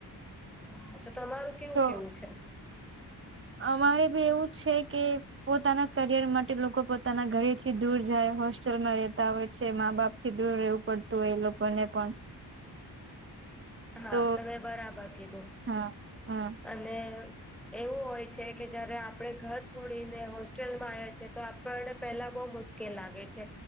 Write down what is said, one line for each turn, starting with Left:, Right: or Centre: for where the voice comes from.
Centre: હા તો તમારું કેવું
Right: તો
Centre: કેવું છે.
Right: અમારે ભી એવું છે કે. પોતાના કરિયર માટે લોકો પોતાના ઘરેથી દૂર જાય હોસ્ટેલમાં રહેેતા હોય છે મા બાપ થી દૂર રહેવું પડતું હોય એ લોકોને પણ
Centre: હા
Right: તો
Centre: તમે બરાબર કીધું
Right: હા હા
Centre: અને એવું હોય છે કે જયારે આપણે ઘર છોડીને હોસ્ટેલમાં આવે છે તો પણ પેલા બહુ મુશ્કેલ લાગે છે.